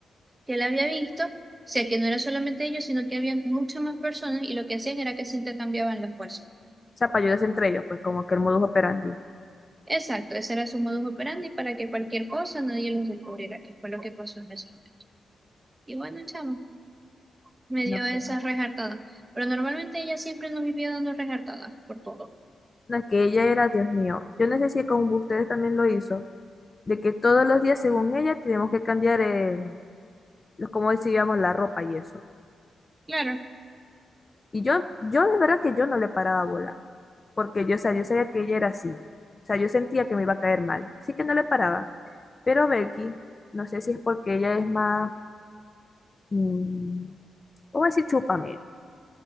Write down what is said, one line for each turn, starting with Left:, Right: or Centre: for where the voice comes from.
Right: que la había visto, o sea, que no era solamente ellos, sino que había muchas más personas y lo que hacían era que se intercambiaban las fuerzas.
Left: O sea, para ayudarse entre ellos, pues como que el modus operandi.
Right: Exacto, ese era su modus operandi para que cualquier cosa nadie los descubriera, que fue lo que pasó en ese momento. Y bueno, chamo, me dio
Left: No,
Right: esas
Left: que va.
Right: rejartadas, pero normalmente ella siempre nos vivía dando rejartadas por todo.
Left: No, es que ella era, Dios mío. Yo no sé si con ustedes también lo hizo, de que todos los días, según ella, teníamos que cambiar, eh, los- como decíamos, la ropa y eso.
Right: Claro,
Left: Y yo, yo de verdad que yo no le paraba bola, porque yo, o sea, yo sabía que ella era así. O sea, yo sentía que me iba a caer mal. Sí que no le paraba. Pero Belki, no sé si es porque ella es más, mm, vamos a decir, chupa